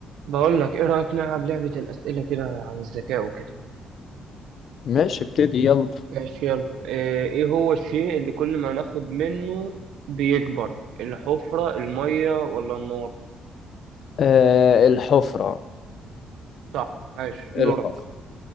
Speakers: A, on the right (about 80°); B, on the left (about 60°).
A: بقول لك ايه رأيك نلعب لعبة الأسئلة كده عن الذكاء وكده
B: ماشي ابتدي يلا
A: ماشي يلا آه، ايه هو الشيء اللي كل ما ناخد منه بيكبر الحفرة المية ولا النار
B: آه الحفرة
A: صح ماشي دورك
B: الحفرة